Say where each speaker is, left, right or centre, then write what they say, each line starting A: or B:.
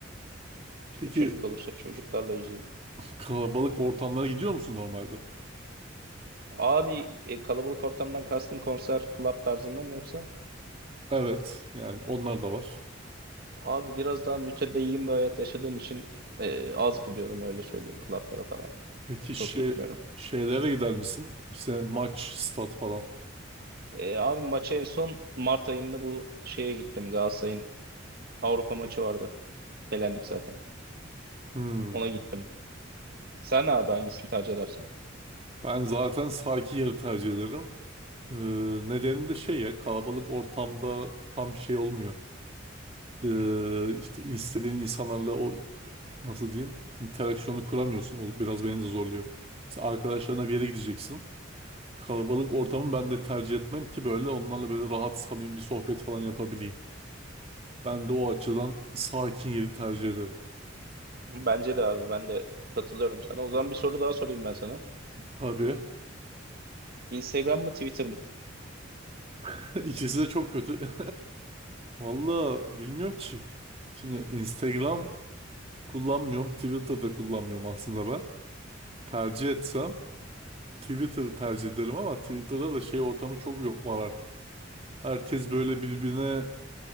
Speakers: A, on the right; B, on the right.
A: İşte
B: Peki
A: çocuk olursa çocuklarla yüzeyim.
B: kalabalık ortamlara gidiyor musun normalde?
A: Abi e, kalabalık ortamdan kastın konser, club tarzında mı yoksa?
B: Evet. Yani onlar da var.
A: Abi biraz daha mütedeyyin bir hayat yaşadığım için e, az gidiyorum öyle söyleyeyim clublara falan.
B: Peki
A: Çok
B: şey,
A: gitmiyorum.
B: şeylere gider misin? İşte maç, stat falan.
A: E, abi maça en son Mart ayında bu şeye gittim. Galatasaray'ın Avrupa maçı vardı. Elendik zaten.
B: Hmm.
A: Ona gittim. Sen abi hangisini tercih edersin?
B: Ben zaten sakin yeri tercih ederim. Ee, nedeni de şey ya kalabalık ortamda tam şey olmuyor. Ee, işte istediğin insanlarla o nasıl diyeyim interaksiyonu kuramıyorsun. O biraz beni de zorluyor. Mesela arkadaşlarına bir yere gideceksin. Kalabalık ortamı ben de tercih etmem ki böyle onlarla böyle rahat samimi bir sohbet falan yapabileyim. Ben de o açıdan sakin yeri tercih ederim.
A: Bence de abi ben de katılıyorum sana. O zaman bir soru daha sorayım ben sana.
B: Tabii.
A: Instagram mı Twitter mı?
B: <laughs> İkisi de çok kötü. <laughs> Valla bilmiyorum ki. Şimdi Instagram kullanmıyorum. Twitter'da kullanmıyorum aslında ben. Tercih etsem Twitter'ı tercih ederim ama Twitter'da da şey ortamı çok yok var artık. Herkes böyle birbirine